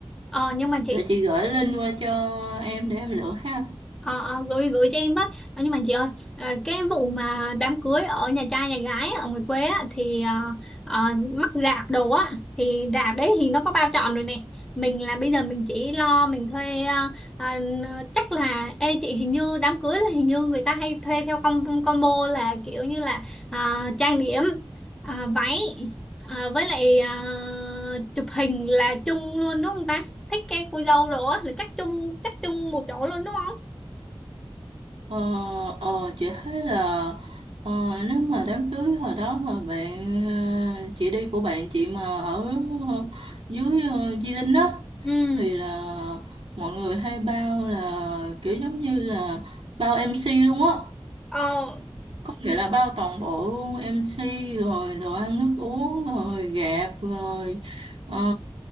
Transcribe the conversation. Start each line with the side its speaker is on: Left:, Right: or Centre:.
Centre: ờ nhưng mà chị
Right: để chị gửi link qua cho em để em lựa ha
Centre: Ờ, ờ, gửi gửi cho em với Ờ, nhưng mà chị ơi ờ, cái vụ mà đám cưới ở nhà trai nhà gái ở ngoài quê á, thì ờ, ờ, mắc rạp đồ á thì rạp đấy thì nó có bao trọn rồi nè mình là bây giờ mình chỉ lo mình thuê ờ, ờ, chắc là ê chị hình như đám cưới là hình như người ta hay thuê theo com, combo là kiểu như là ờ, trang điểm ờ, váy ờ, với lại ờ, chụp hình là chung luôn đúng không ta thích cái cô dâu rồi á là chắc chung chắc chung một chỗ luôn đúng không
Right: Ờ, ờ, chị thấy là ờ, nếu mà đám cưới hồi đó mà bạn ờ, chị đi của bạn chị mà ở ờ, dưới ờ, Di Linh á
Centre: ừ
Right: thì là mọi người hay bao là kiểu giống như là bao MC luôn á
Centre: Ờ,
Right: Vậy là bao toàn bộ luôn MC rồi đồ ăn nước uống rồi gạp rồi ờ,